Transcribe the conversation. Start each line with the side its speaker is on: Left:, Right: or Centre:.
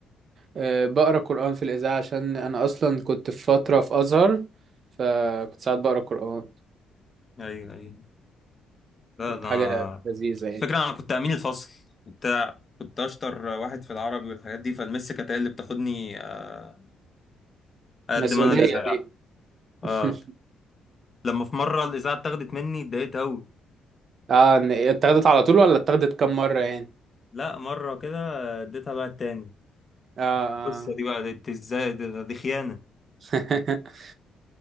Right: آه، بقرا قران في الاذاعه عشان انا اصلا كنت في فتره في ازهر فكنت ساعات بقرا قران
Left: ايوه ايوه لا
Right: كانت
Left: ده انا
Right: حاجه لذيذه يعني
Left: الفكرة انا كنت امين الفصل وبتاع كنت اشطر واحد في العربي والحاجات دي فالمس كانت هي اللي بتاخدني آه، اقدم
Right: مسؤولية
Left: انا الإذاعة
Right: دي <laughs>
Left: اه لما في مرة الإذاعة اتاخدت مني اتضايقت أوي
Right: اه إن- اتاخدت على طول ولا اتاخدت كم مرة يعني
Left: لا مرة كده اديتها بقى التاني
Right: اه
Left: القصة دي بقى دي إزاي دي, دي خيانة
Right: اه <laughs>